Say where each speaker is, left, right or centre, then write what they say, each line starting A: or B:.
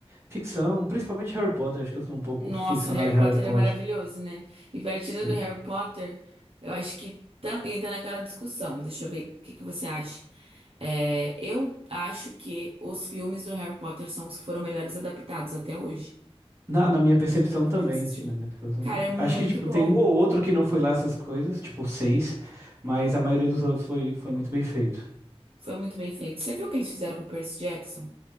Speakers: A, on the right; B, on the right.
A: Ficção, principalmente Harry Potter, acho que eu sou um pouco
B: Nossa,
A: ficcionado
B: Harry
A: em Harry
B: Potter
A: Potter.
B: é maravilhoso, né? E partindo
A: Sim.
B: do Harry Potter, eu acho que tam- entra naquela discussão. Deixa eu ver o que que você acha. É, eu acho que os filmes do Harry Potter são os que foram melhores adaptados até hoje.
A: Na, na minha percepção
B: Não sei se você
A: também.
B: já assistiu.
A: Na minha percepção
B: Cara,
A: também.
B: é muito
A: Acho que, tipo,
B: bom.
A: tem um ou outro que não foi lá essas coisas, tipo, seis, mas a maioria dos outros foi, foi muito bem feito.
B: Foi muito bem feito. Você viu o que eles fizeram com o Percy Jackson?